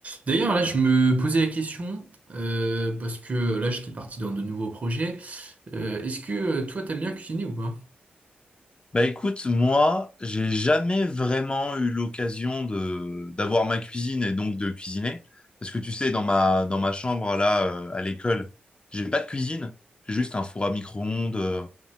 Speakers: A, on the right; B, on the left.
A: D'ailleurs, là, je me posais la question, euh, parce que là, j'étais parti dans de nouveaux projets. Euh, est-ce que euh, toi, t'aimes bien cuisiner ou pas?
B: Bah écoute, moi, j'ai jamais vraiment eu l'occasion de d'avoir ma cuisine et donc de cuisiner. Parce que tu sais, dans ma dans ma chambre là euh, à l'école, j'ai pas de cuisine, j'ai juste un four à micro-ondes euh,